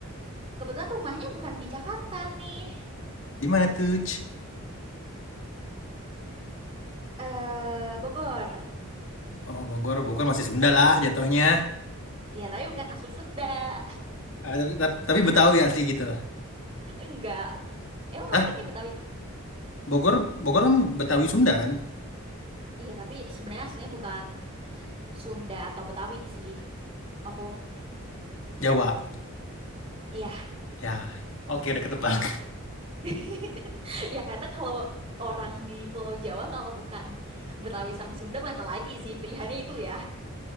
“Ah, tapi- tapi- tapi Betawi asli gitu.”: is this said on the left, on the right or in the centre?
Left